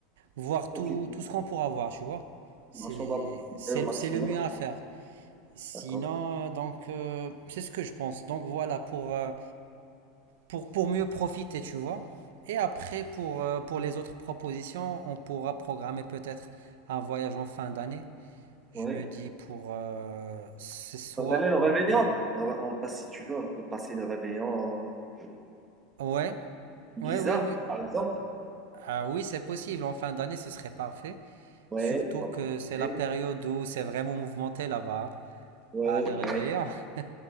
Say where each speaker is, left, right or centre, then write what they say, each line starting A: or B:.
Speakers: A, on the right (about 85°); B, on the right (about 15°).
A: voir
B: profitez.
A: tout, tout ce qu'on pourra voir, tu vois. C'est,
B: Marche, On va profiter
A: c'est,
B: au maximum.
A: c'est le mieux à faire. Sinon,
B: D'accord.
A: euh, donc, euh, c'est ce que je pense. Donc voilà, pour, euh, pour, pour mieux profiter, tu vois. Et après, pour, euh, pour les autres propositions, on pourra programmer peut-être un voyage en fin d'année. Je
B: Oui.
A: me dis pour euh, ce soit...
B: Ça me ramène au réveillon. Alors, On passe, si tu veux, on peut passer le réveillon euh,
A: Ouais,
B: Ibiza,
A: ouais, oui, oui.
B: par exemple.
A: Ah oui, c'est possible. En fin d'année, ce serait parfait.
B: Oui,
A: Surtout
B: on va
A: que
B: profiter.
A: c'est la période où c'est vraiment mouvementé là-bas. hein.
B: Oui,
A: À le réveillant.
B: oui,
A: <laughs>